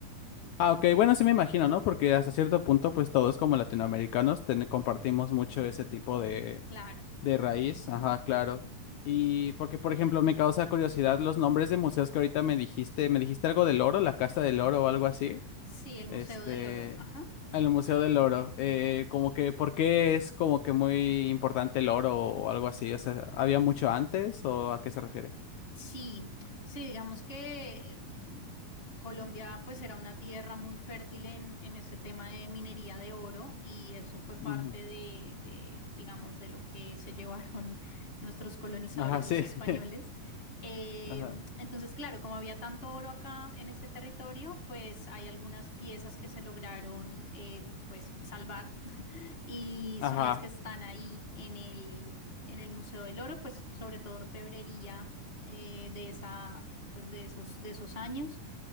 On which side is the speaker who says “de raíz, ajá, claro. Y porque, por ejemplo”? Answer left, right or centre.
Left